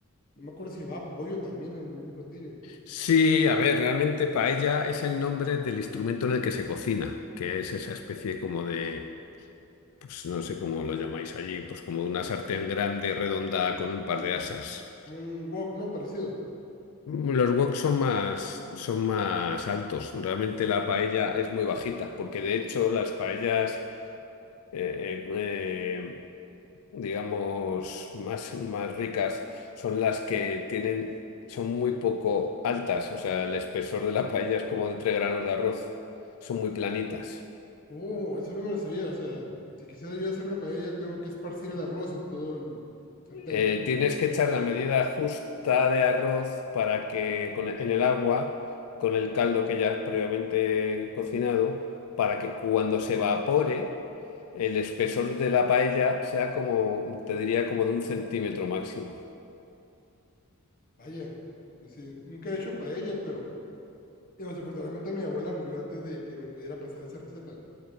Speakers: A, on the left; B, on the left.
A: No me acuerdo si llevaba pollo también en el mismo platillo.
B: Sí, a ver, realmente paella es el nombre del instrumento en el que se cocina, que es esa especie como de, pues no sé cómo lo llamáis allí, pues como una sartén grande, redonda, con un par de asas.
A: Como un wok, ¿no? Parecido.
B: Los woks son más, son más altos, realmente la paella es muy bajita, porque de hecho las paellas... eh, eh, eh, digamos, más, más ricas son las que tienen, son muy poco altas, o sea, el espesor de la <laughs> paella es como de tres granos de arroz, son muy planitas.
A: Oh, eso no me lo sabía. O sea, si quisiera yo hacer una paella, tengo que esparcir el arroz en todo el sartén.
B: Eh, tienes que echar la medida justa de arroz para que con el- en el agua, con el caldo que ya has previamente cocinado, para que cuando se evapore, el espesor de la paella sea como, te diría, como de un centímetro máximo.
A: Vaya. Dice, nunca he hecho paella, pero eh, desafortunadamente mi abuela murió antes de que me pudiera pasar esa receta.